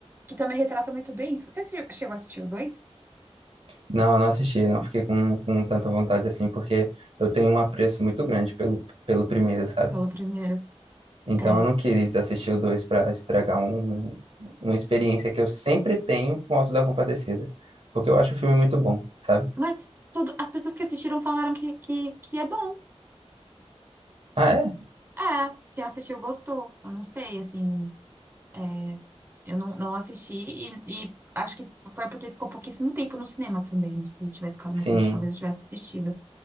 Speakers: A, on the right (about 20°); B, on the right (about 60°).
A: que também retrata muito bem isso. Você che- chegou a assistir o dois?
B: Não, eu não assisti, não fiquei com, com tanta vontade assim, porque eu tenho um apreço muito grande pelo, pelo primeiro, sabe?
A: Pelo primeiro.
B: Então
A: É.
B: eu não quis assistir o dois pra estragar um, uma experiência que eu sempre tenho com o Auto da Compadecida, porque eu acho o filme muito bom, sabe?
A: Mas tudo, as pessoas que assistiram falaram que, que, que é bom.
B: Ah, é?
A: É, quem assistiu gostou. Eu não sei, assim. é, eu não, não assisti e, e acho que foi porque ficou pouquíssimo tempo no cinema também. Se tivesse ficado
B: Sim.
A: mais tempo, talvez eu tivesse assistido.